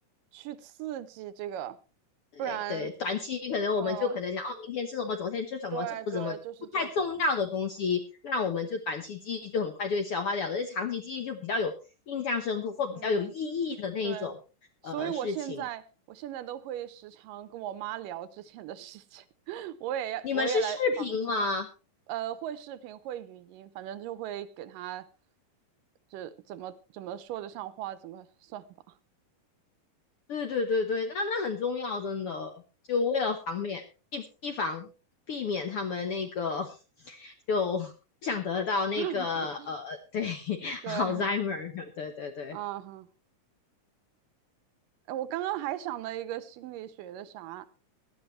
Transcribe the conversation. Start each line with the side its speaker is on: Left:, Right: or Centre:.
Right: 去刺激这个，
Left: 对对，
Right: 不然，
Left: 短期可能我们就可能想，
Right: 嗯，
Left: 哦，明天吃什么，昨天吃什么，
Right: 对对，
Left: 就不怎么不太重要的东西，
Right: 就是这种，
Left: 那我们就短期记忆就很快就会消化掉，而长期记忆就比较有印象深刻或比较有意义的那一种呃事情。
Right: 嗯，对，所以我现在我现在都会时常跟我妈聊之前的事情，<laughs> 我也要，
Left: 你们是视频吗？
Right: 我也来防止，呃，会视频会语音，反正就会给她就怎么怎么说得上话，怎么算吧，
Left: 对对对对，那那很重要，真的，就为了防免避避防避免他们那个 <laughs> 就不想得到那个呃，
Right: <laughs>
Left: 对 <laughs>，Alzheimer，
Right: 对，
Left: 对对对，
Right: 啊。哎，我刚刚还想了一个心理学的啥，